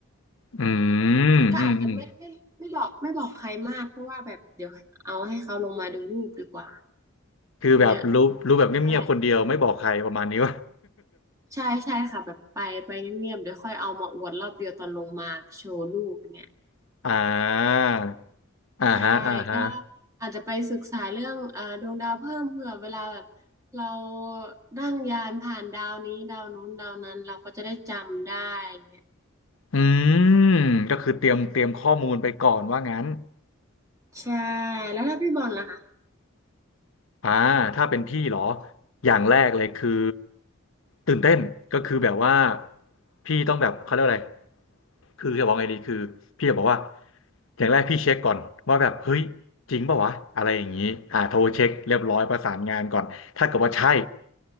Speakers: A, on the left; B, on the right.
A: อื
B: แต่ก็อาจจะไม่ไม่ไม่บอกไม่บอกใครมากเพราะว่าแบบเดี๋ยวเอาให้เขาลงมาดูรูปดีกว่า
A: มอืมอืมคือแบบรู้รู้แบบเงียบๆคนเดียวไม่บอกใครประมาณนี้วะ
B: เนี่ยใช่ใช่ใช่ค่ะแบบไปไปเงียบๆเดี๋ยวค่อยเอามาอวดรอบเดียวตอนลงมาโชว์รูปเนี่ย
A: <laughs> อ่าอ่าฮะอ่าฮะ
B: ใช่ก็อาจจะไปศึกษาเรื่องเอ่อดวงดาวเพิ่มเผื่อเวลาแบบเรานั่งยานผ่านดาวนี้ดาวนู้นดาวนั้นเราก็จะได้จำได้เงี้ย
A: อืมก็คือเตรียมเตรียมข้อมูลไปก่อนว่างั้น
B: ใช่แล้วถ้าพี่บอลล่ะคะ
A: อ่าถ้าเป็นพี่เหรออย่างแรกเลยคือตื่นเต้นก็คือแบบว่าพี่ต้องแบบเขาเรียกว่าอะไรคือจะบอกไงดีคือพี่จะบอกว่าอย่างแรกพี่เช็คก่อนว่าแบบเฮ้ยจริงเปล่าวะอะไรอย่างนี้อ่าโทรเช็คเรียบร้อยประสานงานก่อนถ้าเกิดว่าใช่